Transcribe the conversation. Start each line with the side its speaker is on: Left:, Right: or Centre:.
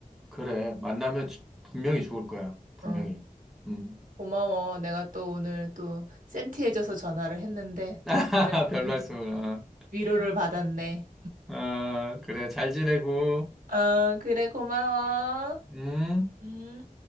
Centre: 그래. 만나면 주- 분명히 좋을 거야. 분명히.
Right: 응.
Centre: 음.
Right: 고마워. 내가 또 오늘 또 센티해져서 전화를 했는데
Centre: <laughs>
Right: 또 <laughs>
Centre: 별 말씀을. 아,
Right: 위로를 받았네.
Centre: 아, 그래. 잘 지내고.
Right: 아, 그래, 고마워.
Centre: 음.
Right: 음.